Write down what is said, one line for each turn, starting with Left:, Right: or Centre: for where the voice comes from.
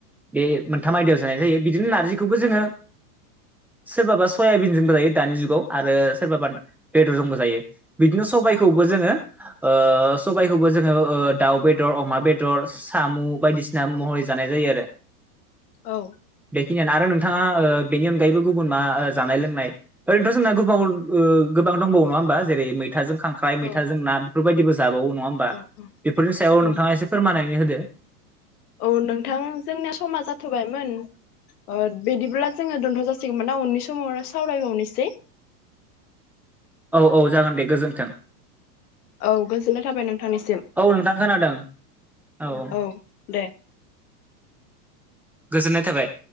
Centre: बे मोनथाम आयदायाव नाय जायो बिदिनो नारजिखौबो जोङो सोरबाबा सयाबिनजोंबो जायो दानि जुगाव आरो सोरबाबा बेदर जुमबो जायो बिदिनो सबायखौबो जोङो ओ सबाइखौबो जोङो दाउ बेदर अमा बेदर साम' बायदिसिना महरै जानाय जायो आरो
Left: औ
Centre: बेखिनियानो आरो नोंथाङा ओ बेनि अनगायैबो गुबुन मा ओ जानाय लोंनाय ओरैनोथ' जोंना गोबाव ओ गोबां दंबावो नङा होमबा जेरै मैथाजों खां ख्राइ
Left: औ
Centre: मैथा जों ना बेफोरबायदिबो जाबावो नङा ओमबा
Left: औ
Centre: बेफोरनि सायाव
Left: औ
Centre: नोंथाङा एसे फोरमायनानै होदो।
Left: औ नोंथां जोंनिया समा जाथ'बायमोन। ओ बिदिब्ला जोङो दोनथ' जासिगोमोनना उननि समाव आरो सावरायबावनिसै।
Centre: औ औ जागोन दे गोजोन्थों
Left: औ गोजोननाय थाबाय नोंथांनिसिम
Centre: औ नोंथां खोनादों औ
Left: औ दे
Centre: गोजोननाय थाबाय।